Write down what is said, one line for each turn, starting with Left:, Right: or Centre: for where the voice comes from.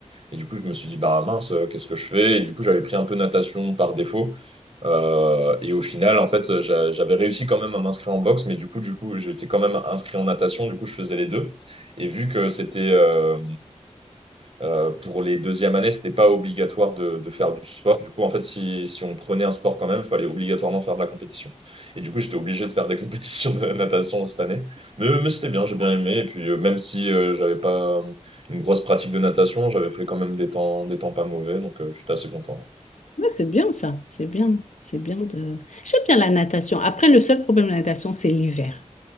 Right: Et du coup, je me suis dit, bah mince, euh, qu'est-ce que je fais? Et du coup, j'avais pris un peu natation par défaut. Euh, et au final, en fait, j'a- j'avais réussi quand même à m'inscrire en boxe, mais du coup, du coup, j'étais quand même inscrit en natation. Du coup, je faisais les deux. Et vu que c'était, euh, euh, pour les deuxièmes années, c'était pas obligatoire de, de, faire du sport. Du coup, en fait, si, si on prenait un sport quand même, il fallait obligatoirement faire de la compétition. Et du coup, j'étais obligé de faire des <laughs> compétitions de natation cette année. Mais, mais c'était bien, j'ai bien aimé. Et puis, euh, même si euh, j'avais pas euh, une grosse pratique de natation, j'avais fait quand même des temps, des temps pas mauvais. Donc, euh, j'étais assez content.
Left: Ouais, c'est bien ça, c'est bien, c'est bien de... J'aime bien la natation. Après, le seul problème de la natation, c'est l'hiver.